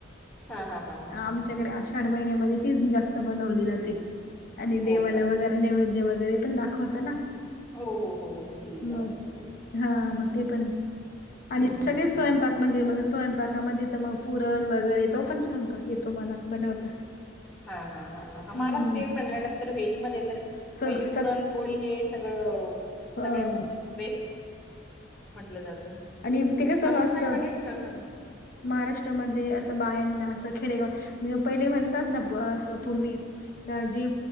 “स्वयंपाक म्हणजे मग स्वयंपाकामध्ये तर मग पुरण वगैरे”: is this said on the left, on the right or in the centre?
Left